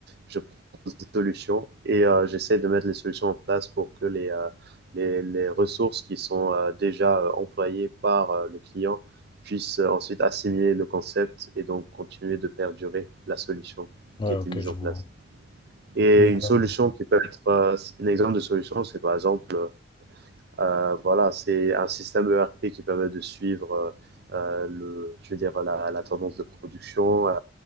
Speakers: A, on the right; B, on the left.
A: je des solutions et euh, j'essaie de mettre les solutions en place pour que les, euh, les, les ressources qui sont euh, déjà euh, employées par euh, le client puissent euh, ensuite assimiler le concept et donc continuer de perdurer la solution
B: Ouais,
A: qui
B: ok,
A: a été mise
B: je
A: en place.
B: vois.
A: Et
B: Et
A: une
B: euh,
A: solution qui peut être, euh, un exemple de solution, c'est par exemple euh, euh, voilà, c'est un système ERP qui permet de suivre euh, euh, le, je veux dire, la, la tendance de production, euh,